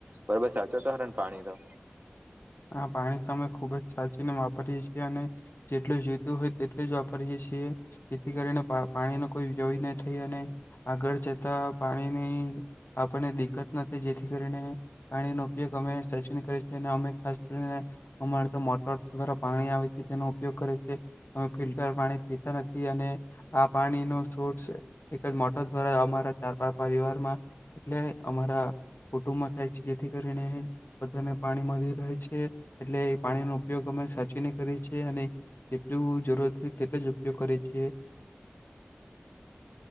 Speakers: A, on the right; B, on the left.
A: બરોબર સાચો તો હ ને પાણી તો?
B: હ પાણી અમે ખુબ જ સાચીને વાપરીએ છીએ અને જેટલું જોઈતું હોય તેટલ જ વાપરીએ છીએ, જેથી કરીને પા પાણીનો કોઈ વ્યય ન થઈ અને, આગળ જતાં પાણીની આપણને દિક્કત નથી થઈ જેથી કરીને, પાણીનો ઉપયોગ અમે સચવીન કરીએ છીએ અને અમે ખાસ કરીને, અમારે તો મોટર દ્વારા પાણી આવે છે તેનો ઉપયોગ કરે છે, અમે ફિલ્ટર પાણી પીતા નથી અને આ પાણીનો સોર્સ એક જ મોટર દ્વારા અમારા ચાર પાાર પરિવારમાં, એટલે અમારા કુટુંબમાં થાય છે જેથી કરીને બધાને પાણી મળી રહે છે. એટલે પાણીનો ઉપયોગ અરે સાચીને કરે છે, અને જેટલું જરૂરત હોય તેટલો જ ઉપયોગ કરે છે.